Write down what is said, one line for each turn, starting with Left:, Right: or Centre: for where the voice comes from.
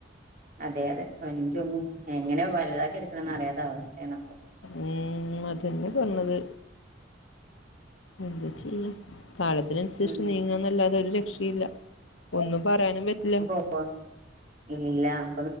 Right: അതെ അതെ വഞ്ചും എങ്ങനെ വല്താക്കി എട്ക്കണംന്ന് അറിയാത്ത അവസ്ഥെയാണ്
Left: ഉം അതന്നെ പറഞ്ഞത് എന്താ ചെയ്യാ കാലത്തിനനുസരിച്ച്
Right: ഉം
Left: നീങ്ങാ ന്നല്ലാതെ ഒരു രക്ഷയില്ല ഒന്നും പറയാനും പറ്റില്ല
Right: വ ഇല്ലാ ന്ന്